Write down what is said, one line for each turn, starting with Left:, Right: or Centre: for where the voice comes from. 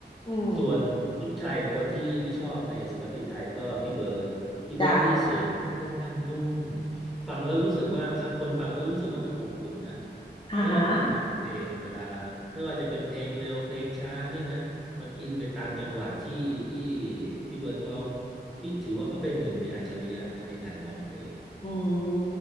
Left: อืม
Centre: ส่วนผู้ชายคนที่พี่ชอบในศิลปินไทยก็พี่เบิร์ดพี่เบิร์ดนี่เสียงค่อนข้างนุ่ม
Left: จ้ะ
Centre: ฟังแล้วรู้สึกว่าครับคนฟังแล้วรู้สึกว่ามันอบอุ่นนะ
Left: อ่าฮะ
Centre: แล้วมันอินไปกับเพลงอ่ะเวลาไม่ว่าจะเป็นเพลงเร็วเพลงช้าเนี่ยนะมันอินไปตามจังหวะที่ที่พี่เบิร์ดก็ร้อง พี่ถือว่าเขาเป็นหนึ่งในอัจฉริยะนะในการร้องเพลง
Left: อืม